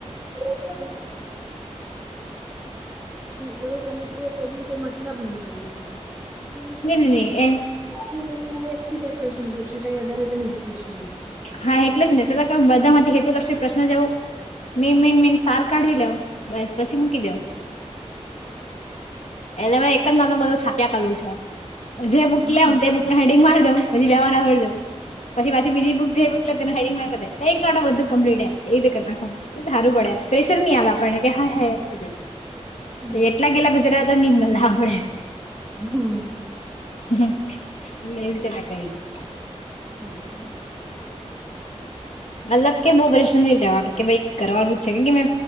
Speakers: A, on the right (about 15°); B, on the left (about 75°).
A: આપડે બરું કરી બી કોઈ મતલબ નહી મળે એમ. કેમ કેથી
B: ની ની ની એ
A: આમાંથી એક થી બે પ્રશ્નો પૂછે. કઈ વધારે તો નહી જ પૂછે એમ
B: હા એટલે જ ને બધા માંથી હેતુ લક્ષ્ય પ્રશ્ન જવ મેી મીન મીન સારું કાઢી લેવું. બસ પછી મૂકી દવ. એને મે એક જ નામ ન બધું છાપ્યા કરલું છે. જે બુક લેઉ
A: હા
B: તે બુકને હેડિંગ મારી દઉં પછી બેવા નાર દો. પછી પાછી બીજી બુક જે બુક લેને હેડિન મારી દેવ એટલે બધું કંપલીત. એ તો કર નાખવાનું એ સારું પડે પ્રેશર નહી આવે આપણને કે હા હ એમીધે
A: હમ
B: એટલા ગેલા ગુજરાતા ની મ સાંભળે.
A: હા.
B: હ એ -એ રીતેના કઈું.
A: હા.
B: મતલબ કે બહ પ્રશ્ન ન લેવાનું કે ભાઈ કરવાનું જ છે કે- કે મે